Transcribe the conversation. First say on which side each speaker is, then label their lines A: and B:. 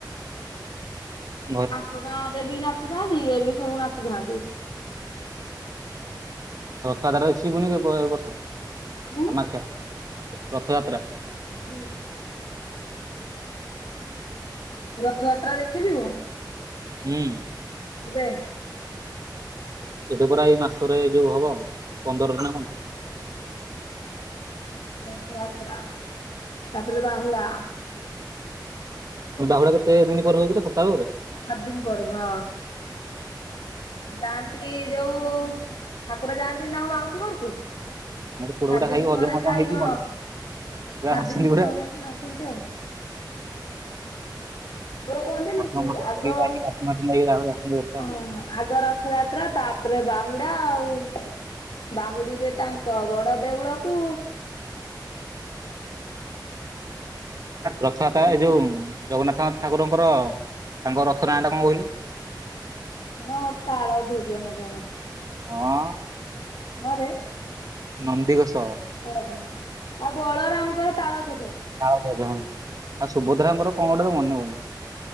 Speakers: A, on the right (about 50°); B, on the left (about 85°).
A: ହଁ।
B: ତାଙ୍କ ଗାଁ ରେ ବି ନାଚୁଥାନ୍ତି, ଇଏ ବି ସବୁ ନାଚୁଥାନ୍ତି।
A: ରଥଯାତ୍ରା ଦେଖିବୁନି କି ଏବ ଏ ବର୍ଷ କାମାକ୍ଷା?
B: ହୁଁ।
A: ରଥଯାତ୍ରା?
B: ମୁଁ, ରଥଯାତ୍ରା ଦେଖି ଯିବୁ?
A: ହୁଁ।
B: ଏବେ?
A: ଏବେ ପରା ଏଇ ମାସରେ ଯୋଉ ହବ ପନ୍ଦରରେ ନା କଣ?
B: ରଥଯାତ୍ରା ତାପରେ ବାହୁଡା।
A: ହଁ ବାହୁଡ଼ା କେତେ ଦିନି ପରେ ହବ <unintelligible> ସପ୍ତାହ ପରେ?
B: ସାତ ଦିନ ପରେ ହଁ। ଯାଆନ୍ତି ଯୋଉ ଠାକୁର ଯାଆନ୍ତିନି ତାଙ୍କ ମାଉସୀ ଘରକୁ
A: ପୋଡ
B: ସାତ
A: ପିଠା
B: ଦିନ
A: ଖାଇକି ହଜମ
B: ପରେ
A: ଫଜମ
B: ଖାଇ
A: ହେଇକି
B: କଁ
A: ପୁରା
B: ସାତ
A: ଆସନ୍ତି
B: ଦିନ
A: ପୁରା
B: ପରେ ତ ଆସନ୍ତି ଆଉ। ଘରେ କୁହନ୍ତିନି
A: ହଜମ
B: କି
A: ଫଜମ
B: ଆଗ
A: କରିକି ଆସନ୍ତି ପୁରା।
B: ହଁ ଆଗର ରଥଯାତ୍ରା ତାପରେ ବାହୁଡା ଆଉ ବାହୁଡିବେ ତାଙ୍କ ବଡ ଦେଉଳକୁ।
A: ରଥଯାତ୍ରା ଏ ଯୋଉ ଜଗନାଥ ଠାକୁରଙ୍କର ତାଙ୍କ ରଥ ନାଆଟା କଣ କହିଲୁ? <inaudible>
B: ନା ତାଳଧ୍ଵଜ ନା କଣ?
A: ହଁ
B: ନାରେ।
A: ନନ୍ଦିଘୋଷ।
B: ଓହୋ ଆଉ ବଳରାମଙ୍କର ତାଳଧ୍ଵଜ।
A: ତାଳଧ୍ଵଜ ହଁ ଆଉ ସୁଭଦ୍ରାଙ୍କର କଣ ଗୋଟେ ତ ମନେପ